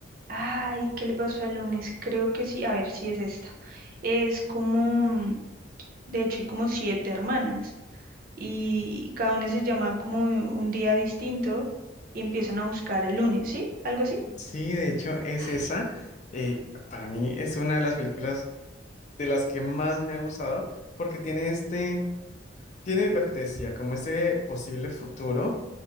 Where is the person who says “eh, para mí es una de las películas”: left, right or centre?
Left